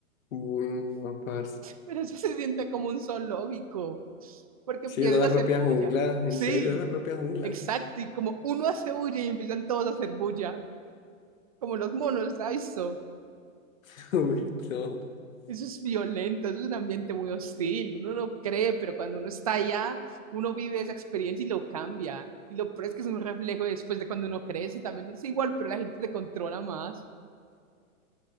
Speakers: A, on the left; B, on the right.
A: Uy, no, parce.
B: Pero eso se siente como un zoológico, porque
A: Sí,
B: empiezan
A: esa es la
B: a hacer
A: propia
B: bulla.
A: jungla,
B: Sí,
A: en serio, esa es la propia jungla.
B: exacto. Y como uno hace bulla y empiezan todos a hacer bulla, como los monos, ¿sabes? Eso
A: <laughs> Uy, no.
B: Eso es violento, eso es un ambiente muy hostil. Uno no cree, pero cuando uno está allá, uno vive esa experiencia y lo cambia. Y lo peor es que es un reflejo después de cuando uno crece, también es igual, pero la gente te controla más. <laughs>